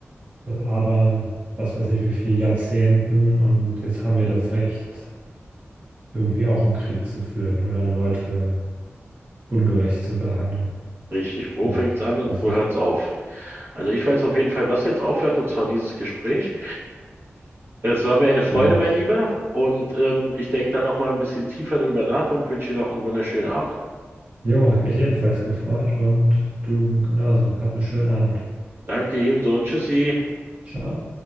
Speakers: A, on the right; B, on the right.
A: aber was weiß ich, wie viel Jahrzehnten und jetzt haben wir das Recht, irgendwie auch einen Krieg zu führen oder Leute ungerecht zu behandeln.
B: Richtig, wo
A: Aber
B: fängt's an und
A: das
B: wo
A: ist
B: hört's auf? Also ich weiß auf jeden Fall, was jetzt aufhört, und zwar dieses Gespräch. Es war mir eine Freude,
A: geil.
B: mein Lieber. Und ähm, ich denke da noch mal ein bisschen tiefer drüber nach und wünsche dir noch einen wunderschönen Abend.
A: Jo, hat mich ebenfalls gefreut und du genauso. Hab einen schönen Abend.
B: Danke ebenso. Tschüssi.
A: Ciao.